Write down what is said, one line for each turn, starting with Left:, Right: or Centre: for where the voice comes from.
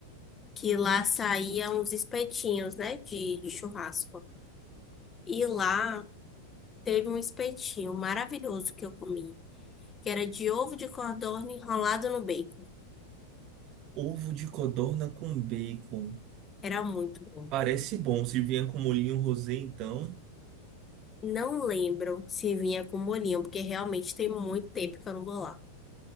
Left: que lá saíam uns espetinhos, né? De, de churrasco. E lá teve um espetinho maravilhoso que eu comi, que era de ovo de codorna enrolado no bacon.
Right: Ovo de codorna com bacon.
Left: Era muito bom.
Right: Parece bom, se vier com molhinho rosé, então.
Left: Não lembro se vinha com molhinho, porque realmente tem muito tempo que eu não vou lá.